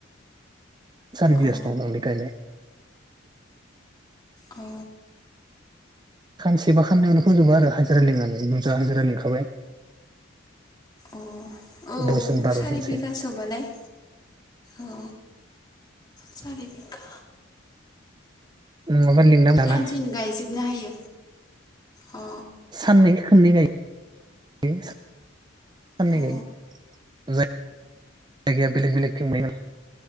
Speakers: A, on the right (about 20°); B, on the left (about 20°).
A: सारिबिगासो
B: अ
A: दं दांलोय गायनाय
B: अ
A: खानसेबा खाननावनो फोजोबो आरो हाजिरा लिनानै बुजा हाजिरा लिंखाबाय।
B: अ औ
A: दसजन बार'जनसो
B: सारि बिगासोबालाय। अ सार खा
A: नङाबा लिंनांगौ
B: खानसेनो
A: ना
B: गायजोबनो हायो अ
A: साननै खाननै गायोयो साननै
B: अ
A: गायो ज जायगाया बेलेग बेलेग दंनाय ना